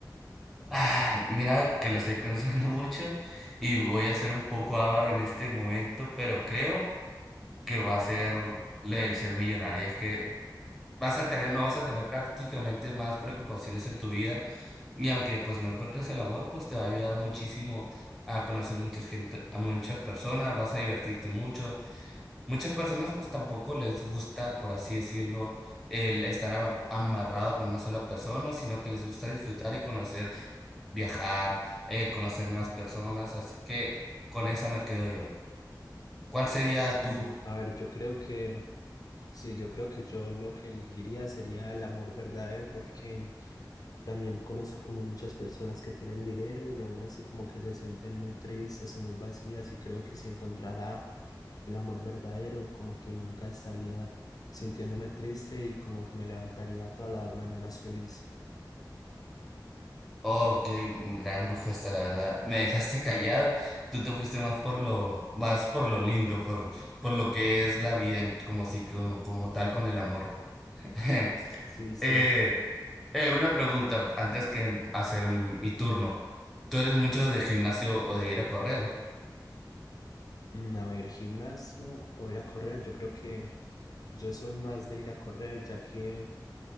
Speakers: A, in the centre; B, on the left.
A: Ay, mira que lo estoy pensando <laughs> mucho y voy a ser un poco avaro en este momento, pero creo que va a ser lo del ser millonario. Es que vas a tener, no vas a tener prácticamente más preocupaciones en tu vida. Y aunque pues no encuentres el amor, pues te va a ayudar muchísimo a conocer mucha gente, a muchas personas, vas a divertirte mucho. Muchas personas pues tampoco les gusta, por así decirlo, el estar a- amarrado con una sola persona, sino que les gusta disfrutar y conocer, viajar, eh, conocer nuevas personas. Así que con esa me quedo yo. ¿Cuál sería
B: Sí,
A: tu
B: a ver, yo creo que Sí, yo creo que yo lo que elegiría sería el amor verdadero porque también conozco como muchas personas que tienen dinero y aún así como que se sienten muy tristes o muy vacías y creo que si encontrara el amor verdadero como que nunca estaría sintiéndome triste y como que me levantaría todas las mañanas feliz.
A: Oh, Ok, mm, gran propuesta, la verdad. Me dejaste callado. Tú te fuiste más por lo, más por lo lindo, por, por lo que es la vida, en- como si, como, como tal con el amor. <laughs>
B: Sí, sí.
A: Eh, eh, una pregunta antes que hacer mi turno. ¿Tú eres mucho de gimnasio o de ir a correr?
B: Mm, A ver, gimnasio o ir a correr. Yo creo que yo soy más de ir a correr, ya que